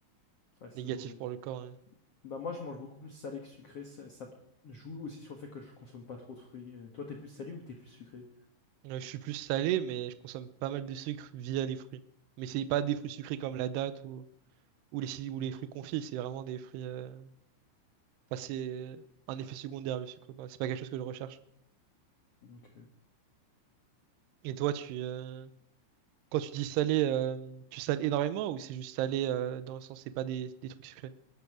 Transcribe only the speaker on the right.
négatif
pour le corps. hein.
Ouais, Je suis plus salé, mais je consomme pas mal de sucre via les fruits. Mais c'est pas des fruits sucrés comme la date ou, ou les, ou
les fruits confits, c'est vraiment des fruits. euh, Enfin, c'est un effet secondaire le sucre, quoi. C'est pas quelque chose que je recherche.
Et toi, tu euh, quand tu dis salé, euh, tu sales énormément ou c'est juste salé euh, dans le sens c'est pas des, des trucs sucrés?